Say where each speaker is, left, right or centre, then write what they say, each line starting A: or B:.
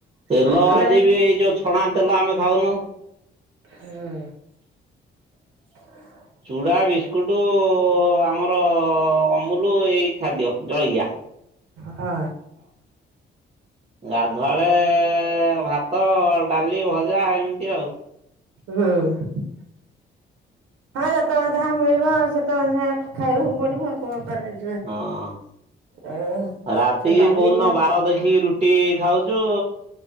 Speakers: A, on the right (about 30°); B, on the right (about 85°).
A: ତେଲ
B: ମାନୁନାହାନ୍ତି
A: ଆଜି ବି ଏଇ ଯୋଉ ଛଣା ତେଲ ଆମେ ଖାଉନୁ।
B: ହୁଁ।
A: ଚୁଡ଼ା ବିସ୍କୁଟ ଆମର ଅମୁଲ ଏଇ ଖାଦ୍ୟ ଜଳିକିଆ।
B: ହଁ।
A: ଗାଧୁଆଳେ ଭାତ ଡାଲି ଭଜା ଏମିତି ଆଉ
B: ହୁଁ। ହଁ ଯେତେବେଳେ ଯାହା ମିଳିବ ସେତେବେଳେ ସେଇଆ ଖାଇବାକୁ ପଡିବ କଣ କରାଯିବ।
A: ହଁ
B: ଆଉ
A: ରାତି
B: ସେ ଡାଲି
A: କହୁ ଦିନ
B: ଭଜା
A: ବାର ଦେଖିକି ରୁ ଟି ଖାଉଛୁ